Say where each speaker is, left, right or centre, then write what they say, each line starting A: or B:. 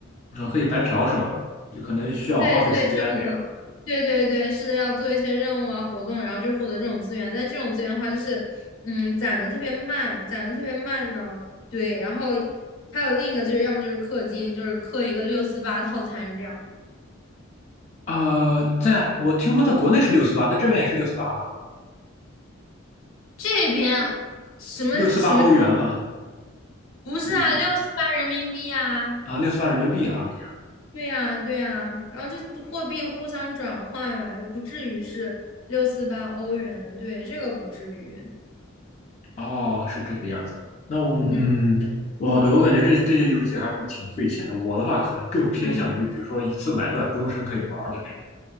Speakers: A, on the left; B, on the left.
A: 啊，可以白嫖是吗？就可能需要花费时间这样。
B: 对对对对对，是的，要做一些任务啊、活动，然后就获得这种资源。但这种资源的话，就是嗯，攒的特别慢，攒的特别慢呢。对，然后还有另一个就是，要么就是氪金，就是氪一个六四八套餐这样。
A: 呃，在我听说在国内是六四八，在这边也是六四八吗？
B: 这边什么什么
A: 六四八欧元吗？
B: 不是啊，
A: 就是
B: 六四八人民币啊，
A: 啊，六四八人民币啊，这样。
B: 对呀、对呀、然后就货币互相转换吧，不至于是六四八欧元，对，这个不至于。
A: 哦，是这个样子的。那我们嗯，
B: 嗯
A: 我对我感觉这这些游戏还是挺费钱的。我的话可能更偏向于，
B: 嗯。
A: 比如说一次买断，终身可以玩儿的这种。